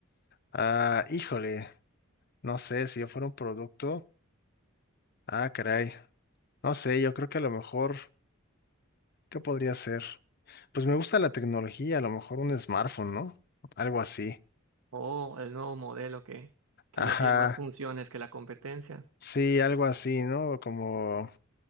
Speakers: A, on the left; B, on the right.
A: Ah, híjole. No sé, si yo fuera un producto. Ah, caray. No sé, yo creo que a lo mejor, ¿qué podría ser? Pues me gusta la tecnología, a lo mejor un smartphone, ¿no? Algo así.
B: O el nuevo modelo que, que
A: Ajá.
B: ya tiene más funciones que la competencia.
A: Sí, algo así, ¿no? Como.